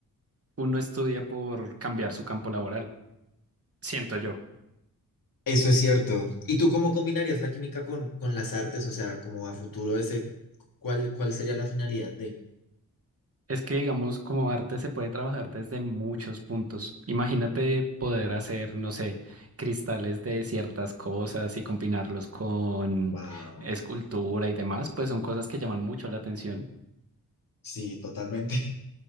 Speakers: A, on the right; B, on the left.
A: uno estudia por cambiar su campo laboral, siento yo.
B: Eso es cierto. ¿Y tú cómo combinarías la química con, con las artes? O sea, como a futuro ese, ¿cuál, cuál sería la finalidad de?
A: Es que, digamos, como arte se puede trabajar desde muchos puntos. Imagínate poder hacer, no sé, cristales de ciertas cosas y combinarlos con
B: Wow.
A: escultura y demás, pues son cosas que llaman mucho la atención.
B: Sí, totalmente.